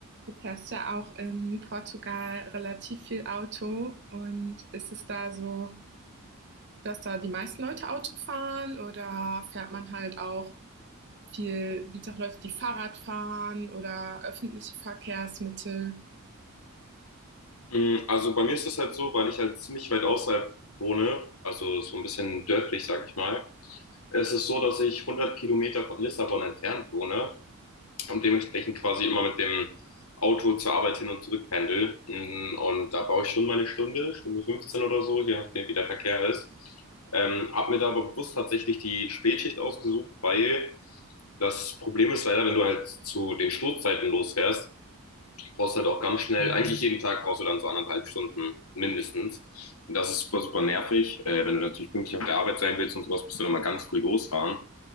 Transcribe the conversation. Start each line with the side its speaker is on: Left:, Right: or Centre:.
Right: Du fährst ja auch in Portugal relativ viel Auto und ist es da so, dass da die meisten Leute Auto fahren oder fährt man halt auch viel, gibt es auch Leute, die Fahrrad fahren oder öffentliche Verkehrsmittel?
Left: Mm, Also bei mir ist das halt so, weil ich halt ziemlich weit außerhalb wohne, also so ein bisschen dörflich, sag ich mal. Es ist so, dass ich 100 Kilometer von Lissabon entfernt wohne und dementsprechend quasi immer mit dem Auto zur Arbeit hin und zurück pendel. Mm, Und da brauche ich schon meine Stunde, Stunde 15 oder so, je nachdem, wie der Verkehr ist. Ähm, hab mir da aber bewusst tatsächlich die Spätschicht ausgesucht, weil das Problem ist leider, wenn du halt zu den Stoßzeiten losfährst, Du brauchst halt auch ganz schnell, eigentlich jeden Tag brauchst du dann so anderthalb Stunden mindestens. Und das ist super, super nervig. Äh, wenn du natürlich pünktlich auf der Arbeit sein willst und sowas, musst du dann mal ganz früh losfahren.